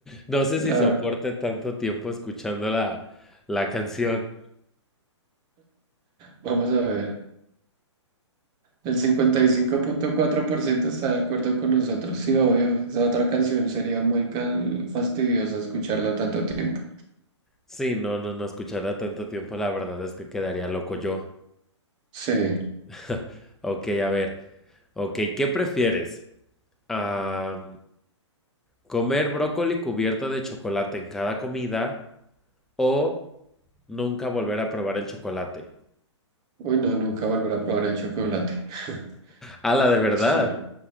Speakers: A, in the centre; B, on the right.
A: No sé
B: la
A: si soporte
B: verdad.
A: tanto tiempo escuchando la, la canción.
B: Vamos a ver. El cincuenta y cinco punto cuatro por ciento está de acuerdo con nosotros. Sí, obvio. Esa otra canción sería muy can- fastidiosa escucharla tanto tiempo.
A: Sí, no, no, no escuchará tanto tiempo, la verdad es que quedaría loco yo.
B: Sí.
A: <laughs> Ok, a ver. Ok, ¿qué prefieres? Ah, ¿comer brócoli cubierto de chocolate en cada comida o nunca volver a probar el chocolate?
B: Uy, no, nunca volver a probar el chocolate. <laughs>
A: A la de verdad.
B: Sí.